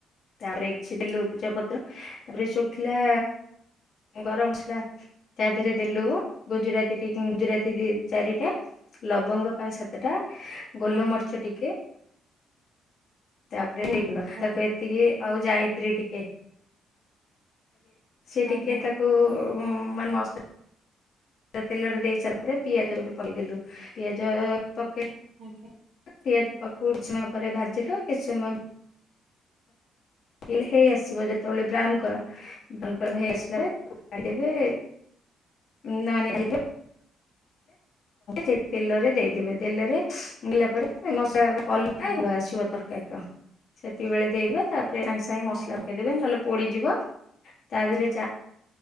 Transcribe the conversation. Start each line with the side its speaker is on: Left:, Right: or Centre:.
Left: ତାପରେ ଏକଛିିଲୁ ତେଜ ପତ୍ର ତାପରେ ଶୁଖିଲା ଗରମ ମସଲା ତା ଦେହରେ ଦେଲୁ ଗୁଜୁରାତି ଟି ଗୁଜୁରାତି ତି ଚାରିଟା ଲବଙ୍ଗ ପାଞ୍ଚ ସାତଟା ଗୋଲମରିଚ
Right: ଆଜ୍ଞା
Left: ଟିକେ ତାପରେ
Right: ହୁଁ
Left: ନେଇ
Right: ଆଜ୍ଞା
Left: ତାକୁ ଏତିକି ଆଉ ଯାଇ <unintelligible> ଟିକେ ସେ
Right: ଆଜ୍ଞା
Left: ଟିକେ
Right: ଆଜ୍ଞା
Left: ତାକୁ ମାନେ ମସ୍ ତେଲରେ ଦେଇ ସାରିଲା ପରେ ପିଆଜ ଗୋଟେ ପକେଇଦେଲୁ ପିଆଜ ପକେ
Right: ଆଜ୍ଞା।
Left: ପିଆଜ ପାଖକୁ କିଛି ସମୟ ପରେ ଭାଜିଲୁ କିଛି ସମୟ <unintelligible> ହେଇ ଆସିବ ଯେତେବେଳେ ବ୍ରାଉନ୍ କଲର୍ ବ କଲର ହେଇ ଆସିଲା <unintelligible> ନା ନାଇ ଏ ସେ ତେଲରେ ଦେଇଦେବେ ତେଲରେ ଦେଲା ପରେ ମସ କଲଟା
Right: ଆଜ୍ଞା
Left: ଭଲ ଆସିବ ତରକାରୀ। ସେତିକିବେଳେ ଦେଇଦବା ତାପରେ ସାଙ୍ଗେ ସାଙ୍ଗେ ମସଲା
Right: ଆଜ୍ଞା
Left: ପକେଇଦବେ
Right: ଆଜ୍ଞା
Left: ନହେଲେ ପୋଡ଼ଯିବ ତା ଦେହରେ